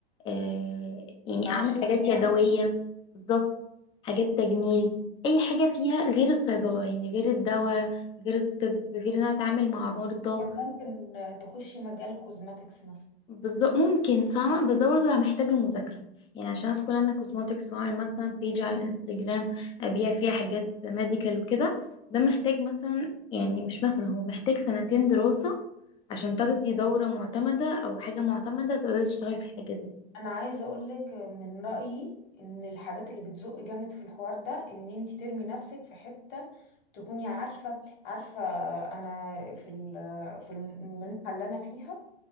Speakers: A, on the left; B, on the left.
A: آه، يعني
B: مع
A: اعمل
B: شركة
A: حاجات يدويه
B: يعني
A: بالظبط حاجات تجميل اي حاجه فيها غير الصيدله يعني غير الدواء غير الطب غير ان انا اتعامل مع مرضى
B: كان ممكن آه، تخشي مجال كوزماتكس مثلا
A: بالظبط ممكن فاهمة بس ده برضه يعني محتاج المذاكرة يعني عشان ادخل انا كوزماتكس واعمل مثلا بيج على الانستجرام ابيع فيها حاجات ميديكال وكده ده محتاج مثلا يعني مش مثلا هو محتاج سنتين دراسة عشان تاخدي دورة معتمدة او حاجة معتمدة تقدري تشتغلي
B: بالظبط.
A: في الحاجة دي
B: انا عايزة اقولك آه، من رأيي ان الحاجات اللي بتزق جامد في الحوار ده ان انتي ترمي نفسك في حتة تكوني عارفة عارفة آه، انا في ال- آه، في المنحة اللي انا فيها